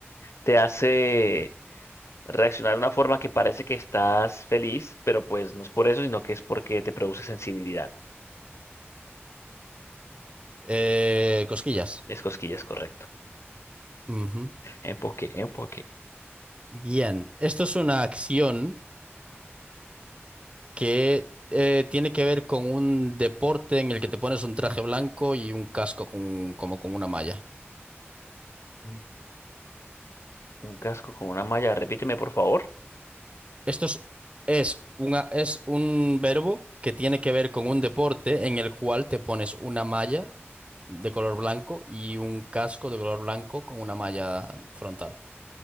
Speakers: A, on the left (about 85°); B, on the right (about 25°).
A: te hace reaccionar de una forma que parece que estás feliz, pero pues no es por eso, sino que es porque te produce sensibilidad.
B: Eh, cosquillas.
A: Es cosquillas, correcto.
B: Ujú.
A: Enfoque, enfoque.
B: Bien, esto es una acción que eh, tiene que ver con un deporte en el que te pones un traje blanco y un casco con- como con una malla.
A: Un un casco con una malla. Repíteme, por favor.
B: Esto es, es una, es un verbo que tiene que ver con un deporte en el cual te pones una malla de color blanco y un casco de color blanco con una malla frontal